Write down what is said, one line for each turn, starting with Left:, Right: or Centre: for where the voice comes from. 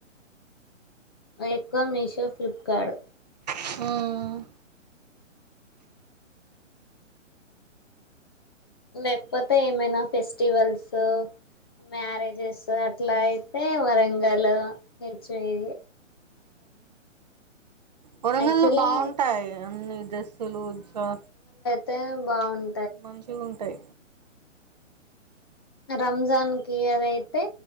Left: ఎక్కువ మీషో ఫ్లిప్ కార్డు
Right: హ్మ్
Left: లేకపోతే ఏమైనా ఫెస్టివల్సు మ్యారేజెస్ అట్లా అయితే వరంగ గల్లో తేయే
Right: వరంగల్లో
Left: యాక్చువల్లీ
Right: బావుంటాయి అన్ని డ్రెస్సులు ష
Left: తే బావున్
Right: మంచిగుంటై
Left: రంజాన్ కి అదయితే